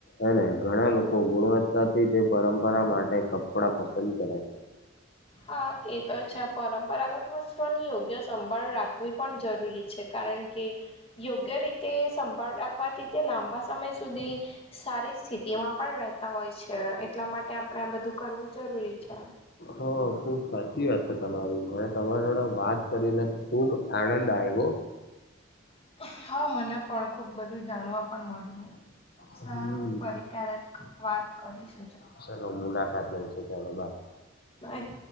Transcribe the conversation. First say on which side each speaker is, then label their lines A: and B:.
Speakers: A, on the left (about 50°); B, on the left (about 30°).
A: એને ઘણા લોકો ગુણવત્તાથી તે પરંપરા માટે કપડા પસંદ કરે છે
B: હા એ તો છે પરંપરાગત વસ્ત્રોની યોગ્ય સંભાળ રાખવી પણ જરૂરી છે કારણ કે યોગ્ય રીતે સંભાળ રાખવાથી તે લાંબા સમય સુધી સારી સ્થિતિમાં પણ રહેતા હોય છે એટલા માટે આપણે આ બધું કરવું જરૂરી છે
A: હ ખુબ સાચી વાત છે, તમારી અને તમારા જોડે વાત કરીને ખુબ આનંદ આવ્યો
B: હ હા મને પણ ખુબ બધું જાણવા પણ મળ્યું
A: હમ
B: સારું ફરી ક્યારેક વાત કરીશ
A: ચલો મુલાકાત લેસુ ચલો બાય
B: ભાઈ